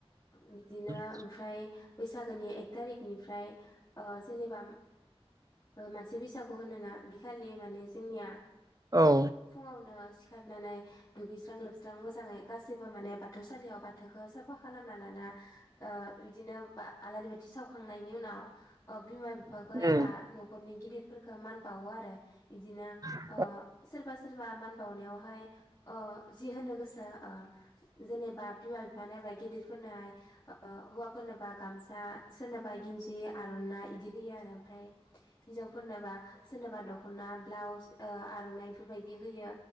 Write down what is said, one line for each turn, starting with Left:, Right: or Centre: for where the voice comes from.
Left: बिदिनो
Right: उम
Left: ओमफ्राय बैसागोनि एक थारिकनिफ्राय जेनेबा मानसे बैसागु। खौ होनोना बिखालि माने जोंनिया।
Right: औ
Left: फुङावनो सिखारनानै दुगैस्रां लोबस्रां मोजाङै गासैबो माने बाथौसालियाव बाथौखौ साफा खालामना लाना बिदिनो आलारि बाथि सावखांनायनि उनाव। बिमा बिफाखौ
Right: औ
Left: एबा न'खरनि गिदिर मान बावो आरो, इदिनो
Right: उम
Left: सोरबा सोरबा मान बावनायाव हाय बिमा <unintelligible> बिफानो होबाय गिदिरफोरनोहाय हौवाफोरनोबा गामसा सोरनोबा गन्ज आर'नाइ इदि होयो आरो ओमफ्राय, हिन्जावफोरनोबो सोरनोबा दखना ब्लाउस आर'नाइ बेफोरबायदि होयो।